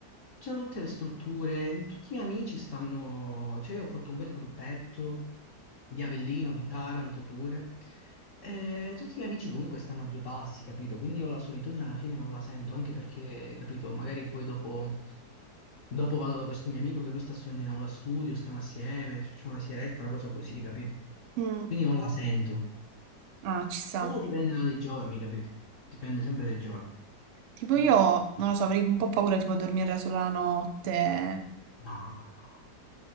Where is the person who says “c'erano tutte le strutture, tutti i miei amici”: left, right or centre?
Left